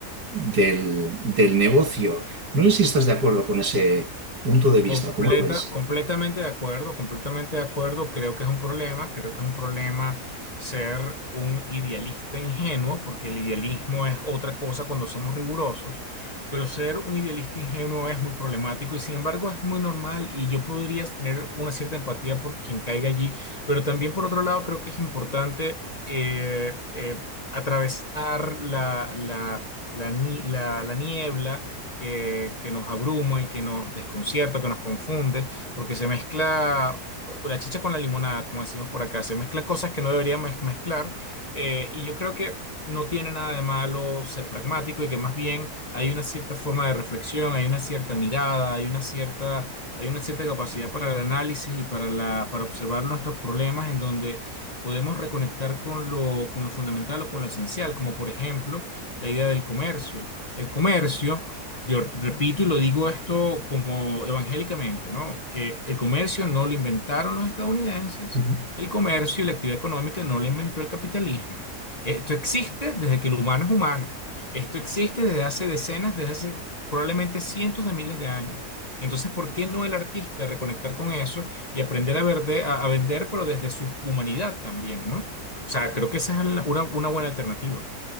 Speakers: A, on the right; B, on the left.
A: del, del negocio. No sé si estás de acuerdo con ese punto de vista,
B: Completa,
A: ¿cómo lo ves?
B: completamente de acuerdo, completamente de acuerdo. Creo que es un problema, creo que es un problema ser un idealista ingenuo, porque el idealismo es otra cosa cuando somos rigurosos, pero ser un idealista ingenuo es muy problemático y sin embargo es muy normal y yo podría tener una cierta empatía por quien caiga allí, pero también por otro lado creo que es importante eh, eh, atravesar la, la, la, ni- la la niebla que, que nos abruma y que nos desconcierta, que nos confunde, porque se mezcla eh, la chicha con la limonada, como decimos por acá, se mezclan cosas que no deberían mez- mezclar, eh, y yo creo que no tiene nada de malo ser pragmático y que más bien hay una cierta forma de reflexión, hay una cierta mirada, hay una cierta, hay una cierta capacidad para el análisis y para la, para observar nuestros problemas en donde podemos reconectar con lo, con lo fundamental o con lo esencial, como por ejemplo la idea del comercio. El comercio yo repito y lo digo esto como evangélicamente, ¿no? Eh, el comercio no lo inventaron los estadounidenses,
A: <laughs>
B: el comercio y la actividad económica no lo inventó el capitalismo. Esto existe desde que el humano es humano. Esto existe desde hace decenas, desde hace probablemente cientos de miles de años. Entonces, ¿por qué no el artista reconectar con eso y aprender a, verde- a- a vender, pero desde su humanidad también, ¿no? O sea, creo que esa es la- una, una buena alternativa.